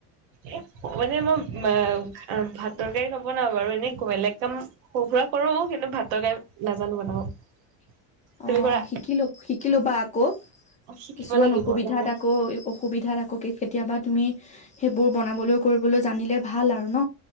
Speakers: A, on the right (about 80°); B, on the left (about 20°).
A: এ মানে মই ভাত তৰকাৰী নবনাও বাৰু এনে বেলেগ কাম সৰু-সুৰা কৰো, কিন্তু ভাত টৰকাৰী নাজানো বনাব।
B: <inaudible>
A: তুমি
B: অ',
A: কৰা
B: শিকিলো- শিকিলো বা আকৌ,
A: শিকিব
B: কিছুমান
A: লাগিব
B: অসুবিধাত
A: তেনে
B: আকৌ অসুবিধাত আকৌ কেতিয়াবা তুমি, সেইবোৰ বনাবলৈ কৰিবলৈ জানিলে ভাল আৰু ন।